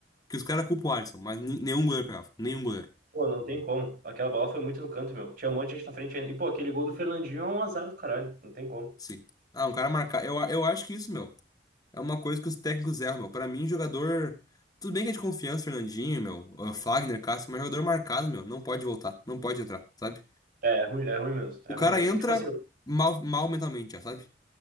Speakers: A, on the left; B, on the right.
A: Que os caras culpam o Alisson, mas nen- nenhum goleiro pegava. Nenhum goleiro.
B: Pô, não tem como. Aquela bola foi muito no canto, meu. Tinha um monte de gente na frente ainda. E, pô, aquele gol do Fernandinho é um azar do caralho. Não tem como.
A: Sim. Ah, um cara marcar. Eu, a- eu acho que isso, meu, é uma coisa que os técnicos erram, meu. Pra mim, jogador. Tudo bem que é de confiança, Fernandinho, meu, ah, Fagner, Cássio, mas jogador marcado, meu, não pode voltar, não pode entrar, sabe?
B: É, é ruim, é ruim mesmo. É
A: O
B: ruim
A: cara
B: mesmo.
A: entra
B: Tipo assim,
A: mal, mal mentalmente, já, sabe?